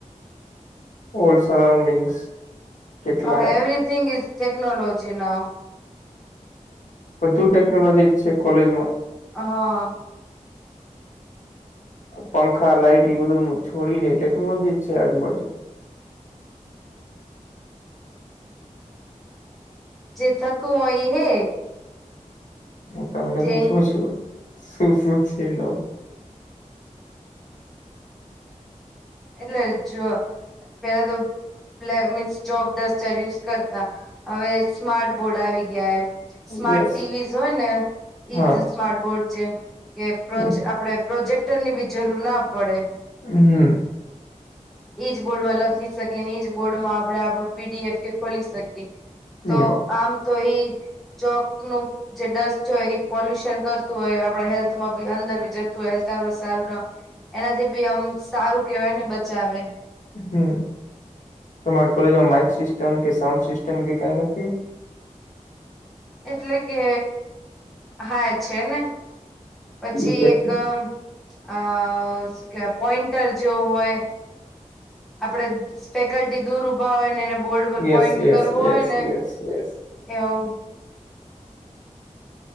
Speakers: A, on the left; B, in the centre.
A: ઓલ્ડ સરાઉન્ડિંગ્સ કેટલા
B: હા એવરીથીગ ઇસ ટેકનોલોજી નાવ
A: બધુ ટેકનોલોજી છે કોલેજમાં
B: હા
A: પંખા લાઈટ એ બધું છોડીને ટેકનોલોજી જ છે આજુબાજુ
B: જે થતું હોય ઈ હે
A: ઓકે અમને
B: જે
A: પૂછું છું શું શું છે ન
B: એટલે જો પેલા તો black means chalk duster use કરતા હવે સ્માર્ટબોર્ડ આવી ગયા એમ સ્માર્ટ
A: યસ
B: ટીવીઝ હોય ને ઈજ
A: હા
B: સ્માર્ટ બોર્ડ જેમ કે પ્રોજ
A: હમ
B: આપડે પ્રોજેક્ટરની બી જરૂર ના પડે
A: હમ
B: ઈજ બોર્ડ માં લખી શકીએ ને ઈજ બોર્ડમાં આપણે આપણું પીડીએફ કે ખોલી શકીએ તો
A: હમ
B: આમ તો ઈ ચોક નું જે ડસ્ટ હોય પોલ્યુશન કરતું હોય આપડે હેલ્થમાં બી અંદર બી જતું હોય હેલ્થ સારું સારું ના એનાથી બી આમ સારું કેવાય ને બચાવે
A: હમ તમારી કોલેજમાં માઈક સિસ્ટમ કે સાઉન્ડ સિસ્ટમ કે કાઈ નથી
B: એટલે કે હા છેને પછી
A: બીટેક?
B: એક અ અ શું કેવાય પોઈન્ટર જેવું હોય આપડે ફેકલ્ટી દૂર ઉભા હોય ને એને બોર્ડ પર
A: યસ
B: પોઈન્ટ
A: યસ
B: કરવો
A: યસ
B: હોય ને
A: યસ યસ
B: એવુ